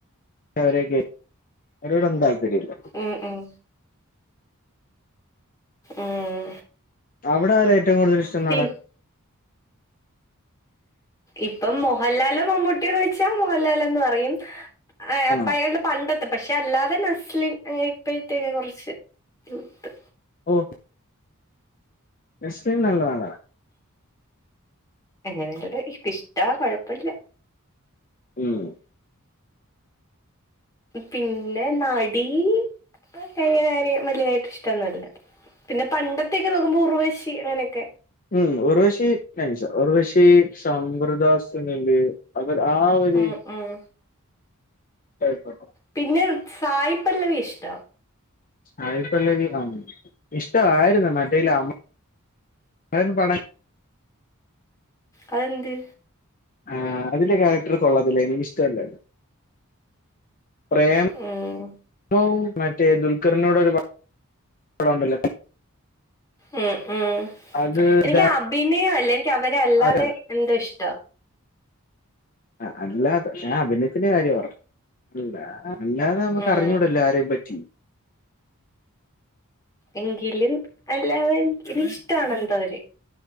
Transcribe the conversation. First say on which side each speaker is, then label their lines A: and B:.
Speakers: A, on the left; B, on the left.
A: അവരെക്കെ. അവരോട് ഒന്നും താല്പര്യില്ല.
B: ഉം ഉം. ഉം
A: അവിടെ ആരാ ഏറ്റവും കൂടുതൽ ഇഷ്ടം
B: പി
A: നടൻ?
B: ഇപ്പം മോഹൻലാലോ മമ്മൂട്ടിയന്ന് ചോയ്ച്ചാ മോഹൻലാലന്ന് പറയും. ഏഹ്
A: ആ
B: പഴയ പണ്ടത്തെ. പക്ഷെ അല്ലാതെ നസ്ലിൻ ഇപ്പോഴത്തേക്കെ കുറച്ച് യൂത്ത്
A: ഓഹ്. നെസ്ലിൻ നല്ല നടനാ.
B: അങ്ങനെയല്ല. ഇഷ്ടാ കൊഴപ്പില്ല.
A: ഉം.
B: പിന്നെ നടി <unintelligible> എങ്ങനെ ആര വലിയതായിട്ട് ഇഷ്ടന്നുമല്ല. പിന്നെ പണ്ടത്തെക്കെ നോക്കുമ്പോ ഉറുവശി അങ്ങനെയൊക്കെ,
A: ഉം ഉർവശി <unintelligible> ഉർവശി, സവ്യതാസുനില് അവര് ആ ഒര്,
B: ഉം ഉം.
A: <unintelligible>
B: പിന്നെ സായിപ്പല്ലവിയെ ഇഷ്ട
A: സായിപ്പലവി ആഹ് ഇഷ്ട്ടായിരുന്നു മറ്റെയ്ല് അ <unintelligible> പട
B: അ തെന്ത്
A: ആഹ് അതിലെ ക്യാരക്ടർ കൊള്ളത്തില്ല എനിക്കിഷ്ടല്ലായിര്ന്നു. പ്രേമവും
B: ഉം.
A: മറ്റേ ദുൽഖറിനോട് ഒരു പടണ്ടല്ലോ
B: ഉം ഉം
A: അത്
B: എനിക്ക്
A: ഇതാ
B: അഭിനയൊല്ല എനിക്ക് അവരെ അല്ലാതെ
A: അത്
B: എന്തോ ഇഷ്ട
A: ആഹ് അല്ലാതെ ഞാൻ അഭിനയത്തിന്റെ കാര്യം പർഞ്ഞെ അല്ല അല്ലാതെ നമുക്കർഞ്ഞൂടല്ലോ
B: ഉം.
A: ആരേം പറ്റി.
B: എങ്കിലും അല്ലാതെ ഒരിഷ്ടാണ് എന്തോ ഒര്